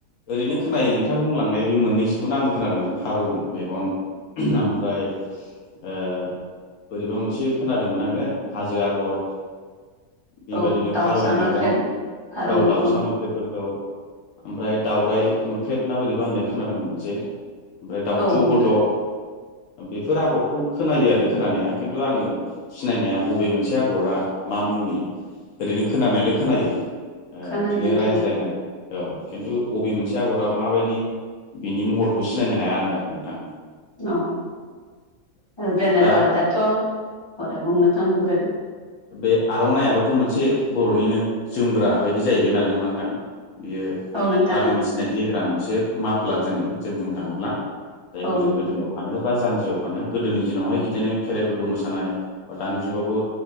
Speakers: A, on the left (about 65°); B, on the left (about 20°).
A: ओरैनो खोनायो नोंथां बुंलांनाय बे मोननै बिसोरखौनो आंबो खोनादोंमोन फारौ मेगन ओमफ्राय ओ बोरैबा मोनसे खोनादोंमोन आङो हाजो आगर, बे
B: औ
A: बायदिनो
B: दाउसा
A: फारौ
B: मोख्रेब
A: मेगन,
B: फारौ
A: औ
B: मेगन
A: दाउसा मोख्रेबफोरखौ ओमफ्राय दावराइ मोख्रेब ना बोरैबा होननायबो खोनादोंमोन मोनसे, ओमफ्राय दाउथु
B: औ नोंथां
A: गद', बेफोर आगरखौ खोनायो आरो खोनानाया खिन्थु आङो सिनायनाया बबे मोनसे आगरा मा मुंनि ओरैनो खोनानायालाय खोनायो। ओ
B: खोनायो
A: बिदिनो
B: नोंथां
A: रायज्लायनाय
B: औ
A: औ खिन्थु अबे मोनसे आगर मा बायदि बिनि महरखौ सिनायनो हाया आरो आं नोंथां।
B: औ। जेने
A: दा
B: ओ दाथ' औ दा बुंनो <unintelligible> बुंग्रोदो
A: बे आर'नायइबोथ' मोनसे बर'निनो जोमग्रा बायदि जाहैबाय नालाय नङा नोंथां। बियो
B: औ नोंथां
A: हारिनि
B: औ
A: सिनायथि होग्रा मोनसे माफ्लार जोंनि जों बुंनो थाङोब्ला। जायखौ
B: औ
A: जों
B: नोंथां
A: गोदोनायाव फानो बा जानजियाव फानो गोदोनि दिनावहाय बिदिनो खेराइफोरबो मोसानाय बा दानि जुगावबो